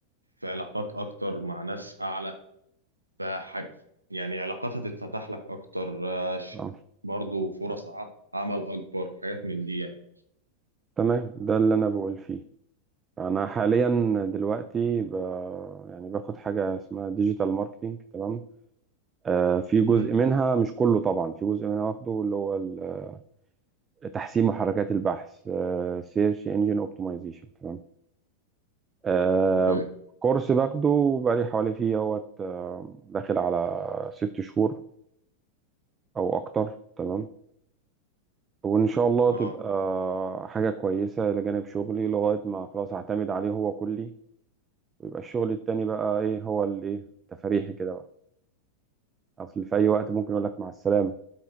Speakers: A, on the right; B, on the right.
A: في علاقات أكتر مع ناس أعلى فح- يعني علاقات هتتفتح لك أكتر آه، ش-
B: آه،
A: برضو فرص ع- عمل أكبر حاجات من دي يعني
B: تمام ده اللي انا بقول فيه انا حاليا دلوقتي ب... يعني باخد حاجه اسمها ديجيتال ماركتنج تمام آه في جزء
A: امم
B: منها مش كله طبعا في جزء منها واخده اللي هو ال- تحسين محركات البحث سيرش انجن اوبتمايزيشن تمام آه
A: اوكي
B: كورس باخده بقالي حوالي فيه اهوت آه، داخل على ست شهور او اكتر تمام وان شاء الله
A: اه
B: تبقى حاجه كويسه لجانب شغلي لغايه ما خلاص هعتمد عليه هو كلي ويبقى الشغل التاني بقى ايه هو اللي ايه تفريحي كده بقى اصل في اي وقت ممكن يقول لك مع السلامه